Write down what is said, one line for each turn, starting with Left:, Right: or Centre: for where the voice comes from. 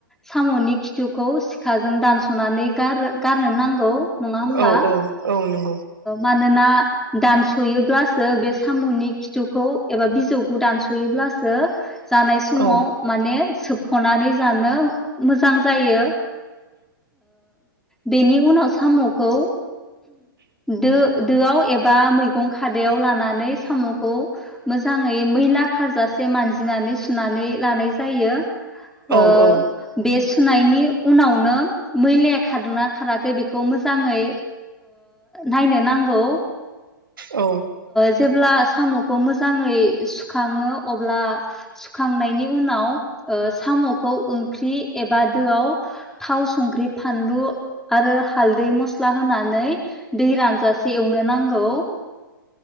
Centre: साम'नि खिथुखौ सिखाजों दानस'नानै गार गारनो नांगौ नङा होमबा
Right: औ औ औ नंगौ
Centre: मानोना दानस'योब्लासो बे साम'नि खिथुखौ एबा बिज खिथौखौ दानसयोब्लासो जानाय समाव
Right: औ
Centre: माने सोबख'नानै जानो मोजां जायो बेनि उनाव साम'खौ दो दोआव एबा मैगं खादायाव लानानै साम'खौ मोजाङै मैला खारजासे मानजिनानै सुनानै लानाय जायो ओ
Right: औ औ
Centre: बे सुनायनि उनावनो मैलाया खारदोंना खाराखै बेखौ मोजाङै नायनो नांगौ
Right: औ
Centre: जेब्ला साम'खौ मोजाङै सुखाङो अब्ला सुखांनायनि उनाव साम'खौ ओंख्रि एबा दोआव थाव संख्रि फानलु आरो हालदै मस्ला होनानै दै रानजासे एवनो नांगौ